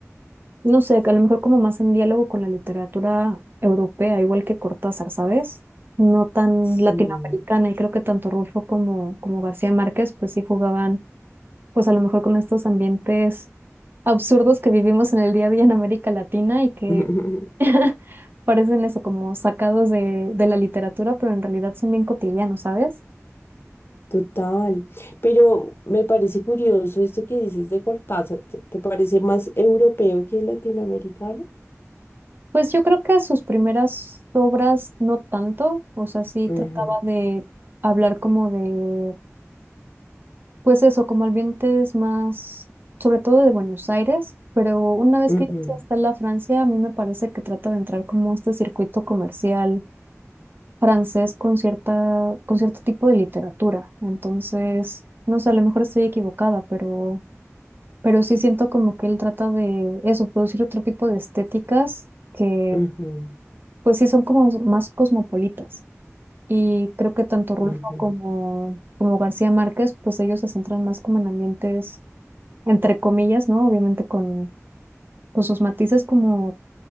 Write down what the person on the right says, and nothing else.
no sé, que a lo mejor como más en diálogo con la literatura europea, igual que Cortázar, ¿sabes? No tan
latinoamericana, y creo que tanto Rulfo como, como García Márquez pues sí jugaban pues a lo mejor con estos ambientes absurdos que vivimos en el día a día en América Latina y que
<laughs> parecen eso como sacados de, de la literatura, pero en realidad son bien cotidianos, ¿sabes?
Pues yo creo que sus primeras obras no tanto, o sea, sí
trataba de hablar como de, pues eso, como ambientes más, sobre todo de Buenos Aires, pero una vez
que llegas hasta la Francia, a mí me parece que trata de entrar como a este circuito comercial francés con cierta, con cierto tipo de literatura. Entonces, no sé, a lo mejor estoy equivocada, pero, pero sí siento como que él trata de eso, producir otro tipo de estéticas que
pues sí son como más cosmopolitas. Y creo que tanto Rulfo
como, como García Márquez, pues ellos se centran más como en ambientes, entre comillas, ¿no? Obviamente con, con sus matices como